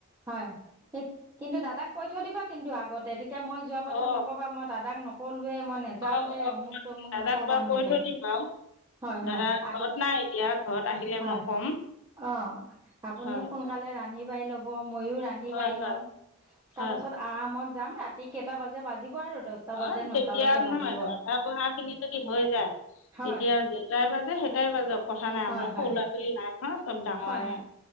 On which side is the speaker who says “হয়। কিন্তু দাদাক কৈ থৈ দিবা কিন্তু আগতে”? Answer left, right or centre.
Right